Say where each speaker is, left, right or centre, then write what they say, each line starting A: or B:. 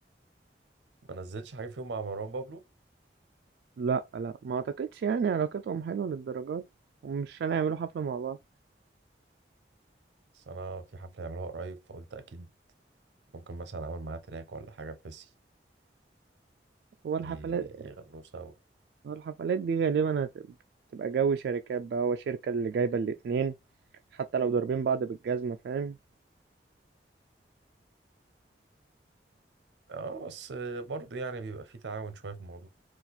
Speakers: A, on the right (about 90°); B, on the right (about 65°).
A: ما نزلتش حاجه فيهم مع مروان بابلو
B: لا لا ما اعتقدش يعني علاقتهم حلوه للدرجات دي ومش هنعملوا حفله مع بعض
A: بس انا في حفله يعملوها قريب فقلت اكيد ممكن مثلا اعمل معاه تراك ولا حاجه بحيث
B: هو الحفلات
A: ي- يغنوا سوا
B: هو الحفلات دي غالبا هت- هتبقى تبقى جو شركات بقى هو شركه اللي جايبه الاتنين حتى لو ضاربين بعض بالجزمه فاهم
A: اه بس برضه يعني بيبقى في تعاون شويه في الموضوع